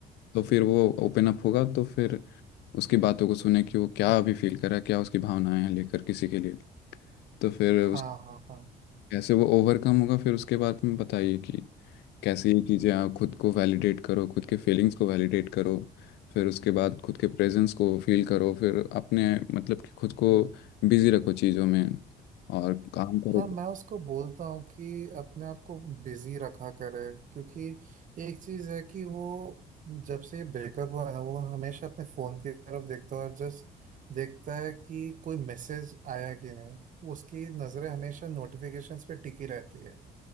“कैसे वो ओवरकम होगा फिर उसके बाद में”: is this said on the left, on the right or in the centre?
Left